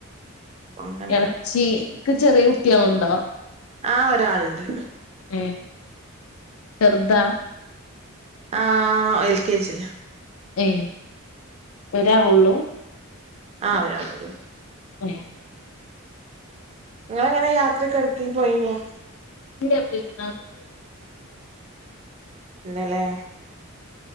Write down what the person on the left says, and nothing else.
ഇളച്ചിക്ക് ചെറിയ കുട്യാളുണ്ടോ?
ഏഹ് ചെറുതാ
ഏഹ്ഒരാളുള്ളൂ?
ഏഹ്
ഇല്ല. പെര്ന്നാക്